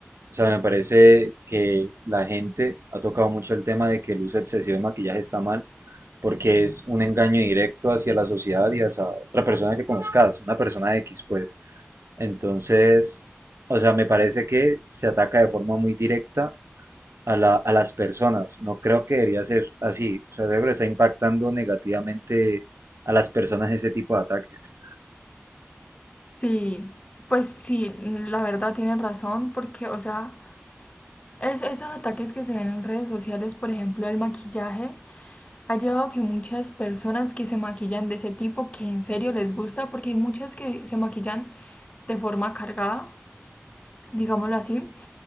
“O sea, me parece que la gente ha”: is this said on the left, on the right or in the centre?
Right